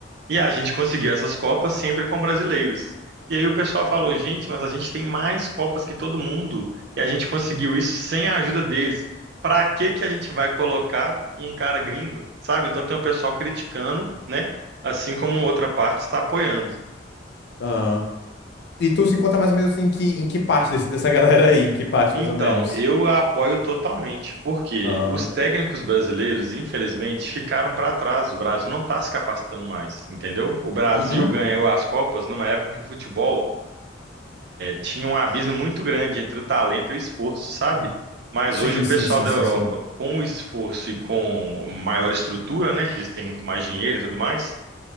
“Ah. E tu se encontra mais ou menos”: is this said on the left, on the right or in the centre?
Left